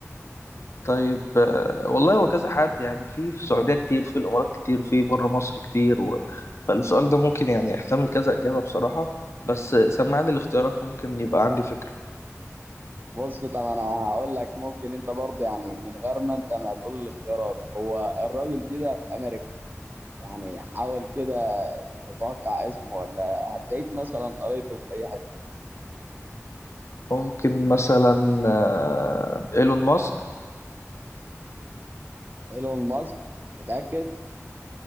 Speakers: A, on the left; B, on the right.
A: طيب آه، والله هو كذا حد يعني في في السعودية كتير في الإمارات كتير في بره مصر كتير و... فالسؤال ده ممكن يعني يحتمل كذا إجابة بصراحة بس آه، سمعني الاختيارات ممكن يبقى عندي فكرة
B: بص طب أنا هقول لك ممكن أنت برضه يعني من غير ما أنت ما تقول الاختيارات هو الراجل دي ده في أمريكا يعني حاول كده تتوقع اسمه ولا هتلاقيك مثلا قريته في أي حتة
A: ممكن مثلا آه، إيلون ماسك
B: إيلون ماسك متأكد؟